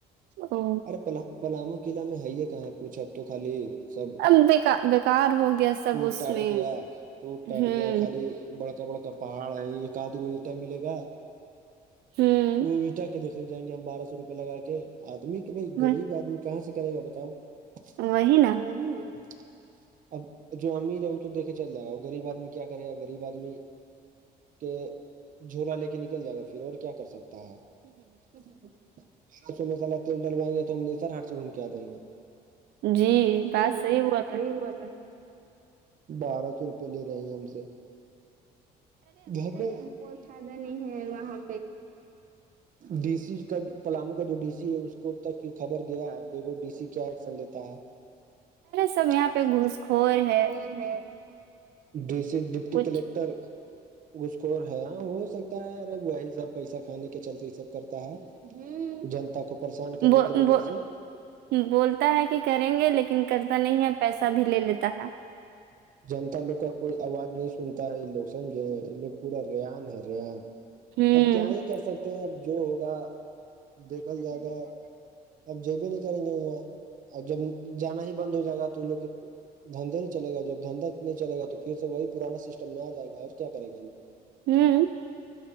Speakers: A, on the right; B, on the right.
A: او
B: ارے پلامو قلعہ میں ہے یہ کہاں کچھ اب تو خالی سب
A: اب بےکا بیکار ہو گیا سب
B: ٹوٹ
A: اس
B: ٹاٹ
A: میں
B: گیا ٹوٹ ٹاٹ
A: ہوں
B: گیا خالی بڑکا بڑکا پہاڑ ہے ایک آ
A: ہوں
B: <unintelligible> جائیں گے ہم بارہ سو روپے لگا کے آدمی کے بھائی غریب
A: وہ
B: آدمی کہاں سے کرے گا بتاؤ <unintelligible>
A: وہی نا
B: اب جو امیر ہے وہ تو دھے چل جائے گا اور غریب آدمی کیا کرے گا غریب آدمی تو جھولا لے کے نکل جائے گا پھر اور کیا کر سکتے <unintelligible>
A: جی
B: جی بات
A: بول رہے
B: صحیح
A: ہیں۔
B: ہوا تھا بارہ سو روپے لے رہے ہیں ہم سے کوئی فائدہ نہیں ہے وہاں ڈی سی کا پلامو کا جو ڈی سی ہے کو تک کی خبر گیا ہے دیکھوں ڈی سی کیا ایکشن لیتا ہے
A: سب یہاں
B: ارے
A: پہ گھوس خور ہے
B: <unintelligible> ڈی س ڈپٹی
A: کچھ
B: کلیکٹر گسخور ہے ہاں ہو سکتا ہے ارے وہی سب پیسہ کھانے کے چلتے یہ سب کرتا ہے جنتا کو پریشان کرنے
A: ب
B: کی وجہ
A: ب
B: سے
A: بولتا ہے کہ کریں گے لیکن کرتا نہیں ہے پیسہ بھی لے لیتا ہے
B: جنتا لوگ کا کوئی آواز نہیں سنتا ہے یہ لوگ سمجھے یہ لوگ پورا ریان ہے ریان
A: ہوں
B: اب کیا ہی کر سکتے ہیں اب جو ہوگا دیکھا جائے گا اب جی بھی نہیں کریں گے ا جب جانا ہی بند ہو جائے گا تو لو دھندے نہیں چلے گا جب دھندا نہیں چلے گا تو پھر سے وہی پرانا سسٹم میں آ جائے گا اور کیا کرے گا
A: ہوں